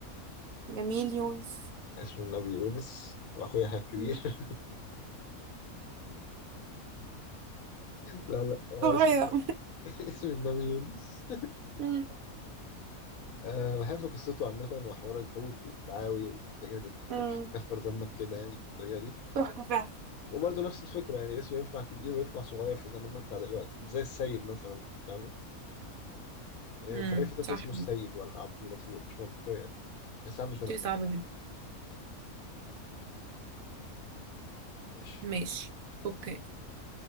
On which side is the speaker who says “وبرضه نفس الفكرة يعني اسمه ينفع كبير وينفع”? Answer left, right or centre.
Left